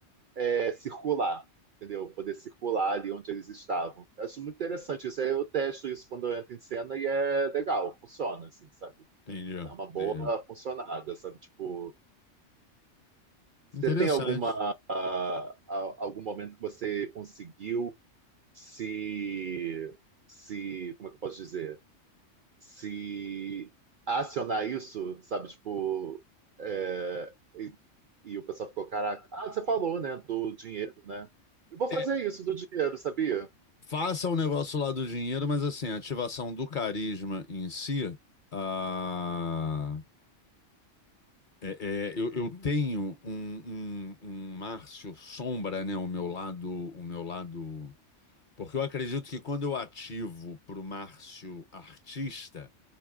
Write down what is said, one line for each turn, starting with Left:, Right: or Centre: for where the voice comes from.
Right: é, circular, entendeu? Poder circular ali onde eles estavam. Eu acho muito interessante isso. aí Eu testo isso quando eu entro em cena e é legal, funciona, assim, sabe?
Left: Entendi,
Right: Dá uma boa
Left: entendi.
Right: funcionada, sabe? Tipo, você
Left: Interessante.
Right: tem alguma, ah, ah, algum momento que você conseguiu se, se, como é que eu posso dizer? se acionar isso, sabe, tipo, é, e, e o pessoal ficou, caraca, ah, você falou, né, do dinheiro, né? Eu vou fazer
Left: É,
Right: isso do dinheiro, sabia?
Left: faça o negócio lá do dinheiro, mas assim, a ativação do carisma em si, ah, É, é, eu, eu tenho um, um, um Márcio sombra, né? O meu lado, o meu lado. Porque eu acredito que quando eu ativo para o Márcio artista,